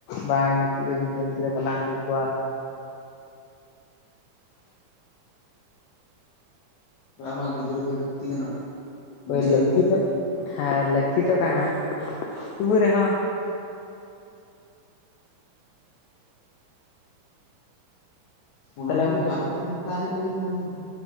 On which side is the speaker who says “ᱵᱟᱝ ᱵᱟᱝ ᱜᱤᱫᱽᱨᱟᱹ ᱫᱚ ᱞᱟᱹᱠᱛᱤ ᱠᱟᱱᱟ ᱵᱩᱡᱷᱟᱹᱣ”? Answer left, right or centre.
Left